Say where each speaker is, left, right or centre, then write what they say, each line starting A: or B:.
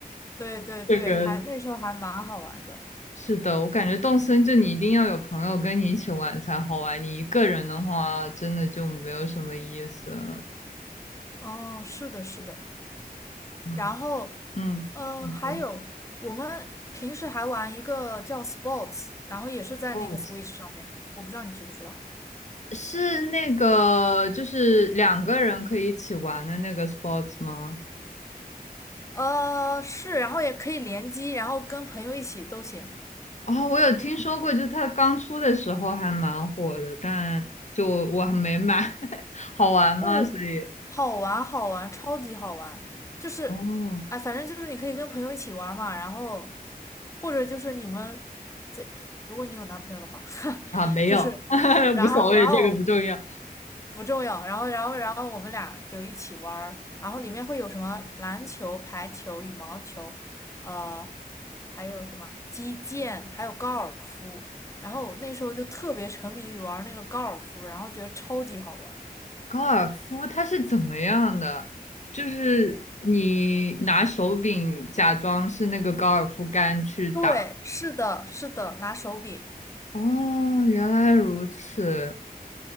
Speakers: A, on the left (about 20°); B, on the left (about 45°).
A: 对对对，
B: <laughs> 这个
A: 还那时候还蛮好玩的。
B: 是的，我感觉动森就你一定要有朋友跟你一起玩才好玩，你一个人的话真的就没有什么意思了。
A: 哦，是的，是的。
B: 哇，
A: 然后，
B: 嗯，
A: 嗯、
B: 你说
A: 还有我们平时还玩一个叫 Sports，然后也是在那个
B: 哦，
A: Switch 上面，我不知道你知不知道。
B: 是那个就是两个人可以一起玩的那个 sports 吗？
A: 呃，是，然后也可以联机，然后跟朋友一起都行。
B: 啊、我有听说过，就它刚出的时候还蛮火的，但就我还没买，<laughs> 好玩吗？
A: 哦，
B: 所以
A: 好玩，好玩，超级好玩。就是，
B: 哦，
A: 哎，反正就是你可以跟朋友一起玩嘛，然后或者就是你们这，如果你有男朋友的话，<laughs>
B: 啊，没有，
A: 就是。
B: <laughs>
A: 然后，
B: 无所谓，
A: 然后
B: 这个不重要。
A: 不重要。然后，然后，然后我们俩就一起玩儿，然后里面会有什么篮球、排球、羽毛球，呃，还有什么击剑，还有高尔夫。然后我那时候就特别沉迷于玩那个高尔夫，然后觉得超级好玩儿。
B: 高尔夫它是怎么样的？就是你拿手柄假装是那个高尔夫杆去打。
A: 对，是的，是的，拿手柄。
B: 哦，原来如此。